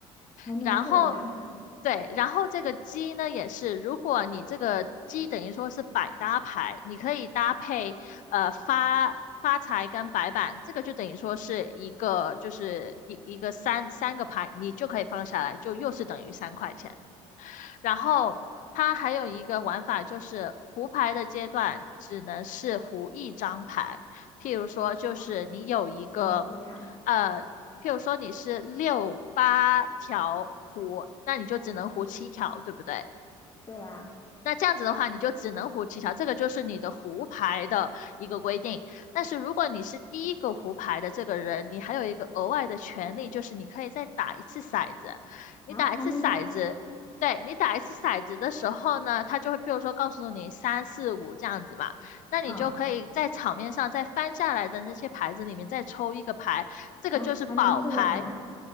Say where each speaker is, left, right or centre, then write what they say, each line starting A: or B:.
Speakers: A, on the left (about 30°); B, on the left (about 60°).
A: 还能这样
B: 然后对，然后这个鸡呢也是，如果你这个鸡等于说是百搭牌，你可以搭配呃发发财跟白板，这个就等于说是一个就是一一个三三个牌，你就可以放下来，就又是等于三块钱。然后它还有一个玩法就是胡牌的阶段只能是胡一张牌，譬如说就是你有一个
A: 啊？还能这样？
B: 呃，譬如说你是六八条胡，那你就只能胡七条，对不对？
A: 对啊，
B: 那这样子的话，你就只能胡七条，这个就是你的胡牌的一个规定。但是如果你是第一个胡牌的这个人，你还有一个额外的权利，就是你可以再打一次骰子。你打一次骰子，
A: 啊，还能打，
B: 对，你打一次骰子的时候呢，他就会，譬如说告诉你三四五这样子嘛，那你就可以在场面上再翻下来的那些牌子里面再抽一个牌，
A: 嗯，
B: 这个就是宝牌。
A: 啊，还能这样打。